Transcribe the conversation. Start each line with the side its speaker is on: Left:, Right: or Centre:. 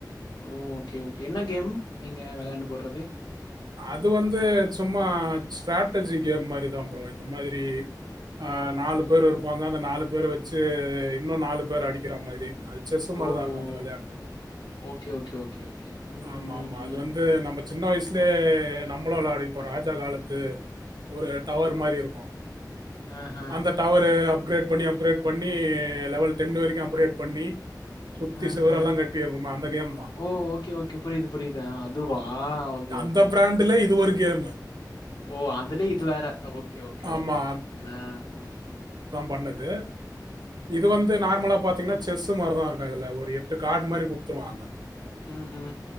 Left: ஓ ஓகே ஓகே என்ன கேம் நீங்க வெளாண்டு போட்றது
Right: அது வந்து சும்மா ஸ்ட்ராட்டஜி கேம் மாரிதா ப்ரோ இந்த மாதிரி ஆ நாலு பேர் இருப்பாங்க அந்த நாலு பேர் வச்சி இன்னு நாலு பேர அடிக்கிற மாதிரி அது செஸ் மாரிதா
Left: ஓ!
Right: இருக்கு அந்த வெளையாட்டு
Left: ஓ! Okay, okay, okay, okay. ம்,
Right: ஆமா
Left: ம்,
Right: ஆமா
Left: ம்.
Right: அது வந்து நம்ம சின்ன வயஸ் ல இருந்தே நம்மளு வெளாடிருப்போ ராஜா காலத்து ஒரு டவர் மாரி இருக்கு
Left: ஆஹ,
Right: அந்த டவரு அப் அப்க்ரேட் பண்ணி அப்க்ரேட் பண்ணி லெவல் டென் வரைக்கு அப்க்ரேட் பண்ணி சுத்தி
Left: அ
Right: சுவரெல்லாம்
Left: அ
Right: கட்டி வைப்போம் அந்த கேம் தான்
Left: ஓ ஓகே ஓகே புரிது புரிது ஆ அதுவா ஓகே ஓக்
Right: இந்த ப்ராண்டுல இதுவு ஒர் கேமு
Left: ஓ அதுல இது வேற ஓகே ஓகே
Right: ஆமா
Left: ஓகே ஆ ஹ
Right: வண்ணுது இது வந்து நார்மலா பாத் தின்னா செஸ்ஸு மாருதா இருக்கு இதுல ஒரு எட்டு காட் மாரி குத்துருவாங்க
Left: ம்ஹூ